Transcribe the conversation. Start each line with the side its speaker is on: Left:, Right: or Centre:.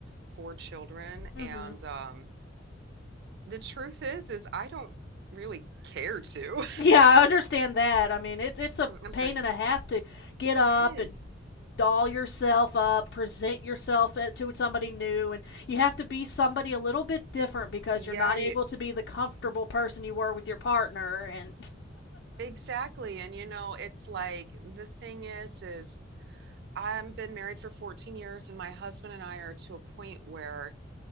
Right: four children,
Left: mm
Right: and
Left: Mhm.
Right: um, the truth is, is I don't really care to.
Left: Yeah, I understand that. I mean, it's it's a
Right: <laughs> I'm
Left: pain
Right: sorry.
Left: and a half to get up
Right: It is.
Left: and doll yourself up, present yourself eh, to somebody new, and you have to be somebody a little bit different because
Right: Yeah,
Left: you're not
Right: you,
Left: able to be the comfortable person you were with your partner. And
Right: exactly. And you know, it's like the thing is, is. I've been married for 14 years, and my husband and I are to a point where